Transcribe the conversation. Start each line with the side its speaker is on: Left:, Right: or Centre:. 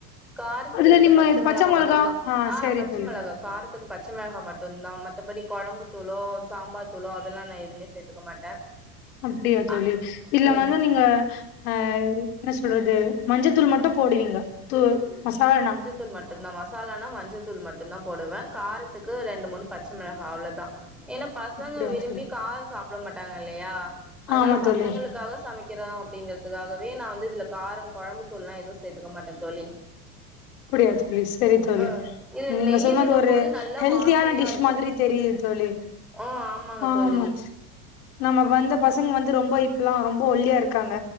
Centre: காரத்துக்கு
Left: அதுல
Centre: ரெண்டு பச்ச மிளகா
Left: மொளகா
Centre: மட்டுந்தா ஆ
Left: சரி
Centre: பச்ச
Left: தோழி
Centre: காரத்துக்கு பச்சமிளகா மட்டுதா மத்தபடி கொழம்பு தூளோ சாம்பார்தூளோ அதெல்லா நா எதுவுமே சேத்துக்க மாட்டே
Left: அப்டியா தோழி
Centre: அ
Left: இல்லவந்து
Centre: ம்
Left: நீங்க அ என்ன சொல்றது மஞ்சத்தூள் மட்டு போடுவீங்க தூ மசால்னா
Centre: தூள் மட்டு தா மசாலானா மஞ்சத்தூள் மட்டு தா போடுவே காரத்துக்கு ரெண்டு மூண் பச்ஙமிளகா அவ்ளோதா ஏனா பசங்க
Left: அப்டியா
Centre: விரும்பி
Left: தோழி
Centre: காரொ சாப்பிட மாட்டாங்க இல்லையா அதனால
Left: ஆமா
Centre: பசங்களுக்காக
Left: தோழி
Centre: சமைக் சமைக்கிறொ அப்டிங்கறதுக்காகவே நா வந்து இதுல கார கொழம்புத்தூள்ல்லா எதுவு சேத்துக்க மாட்டே தோழி
Left: அப்டியா தோழி செரி தோழி
Centre: ஆ இதுல
Left: நீங்க
Centre: நெய்யி
Left: சொன்னது
Centre: விடும்போது
Left: ஒரு
Centre: நல்லா
Left: ஹெல்த்தியான
Centre: வாசனையா
Left: டிஷ்
Centre: இருக்கு
Left: மாரி தெரியுது தோழி
Centre: ஆ ஆமாங்க
Left: ஆமா
Centre: தோழி
Left: நம்ம வந்த பசங்க வந்து ரொம்ப இப்பல்லா ரொம்ப ஒல்லியா இருக்காங்க